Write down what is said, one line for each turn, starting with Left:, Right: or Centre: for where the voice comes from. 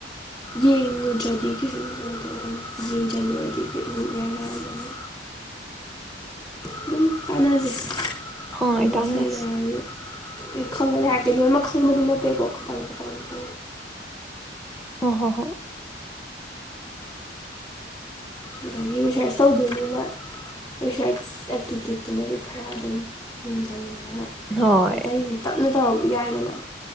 Left: ꯌꯦꯡꯉꯨꯗ꯭ꯔꯗꯤ ꯀꯩꯁꯨ ꯀꯩꯅꯣ ꯇꯧꯗꯕꯅꯤ ꯌꯦꯡꯁꯤꯜꯂꯨꯔꯗꯤ ꯀꯩꯦꯅꯔꯝꯕꯅꯤ ꯑꯗꯨꯝ ꯀꯥꯟꯅꯖꯩ
Centre: ꯍꯣꯏ
Left: ꯅꯝꯕꯔꯁꯨ
Centre: ꯇꯥꯟꯅꯔꯁꯤ
Left: ꯂꯩꯅꯔꯅꯤ ꯑꯩ ꯈꯪꯉꯅꯤ ꯍꯥꯏꯔꯒꯦ ꯂꯣꯏꯅꯃꯛ ꯈꯪꯕꯗꯤ ꯅꯠꯇꯦꯀꯣ ꯈꯤꯇꯪ ꯈꯤꯇꯪꯪꯉ
Centre: ꯑ ꯍꯣ ꯍꯣ
Left: ꯑꯗꯒꯤ ꯔꯤꯁꯔꯁ ꯇꯧꯗꯣꯏꯅꯤꯅ ꯔꯤꯁꯔꯁ ꯑꯦꯞꯇꯤꯇ꯭ꯌꯨꯠꯇꯨꯃꯗꯤ ꯈꯔ ꯑꯗꯨꯝ ꯌꯦꯡꯖꯂꯅꯤ
Centre: ꯍꯣꯏ
Left: ꯑꯇꯩꯗꯤ ꯇꯞꯅ ꯇꯧꯍꯒꯦ ꯍꯥꯏꯗꯅ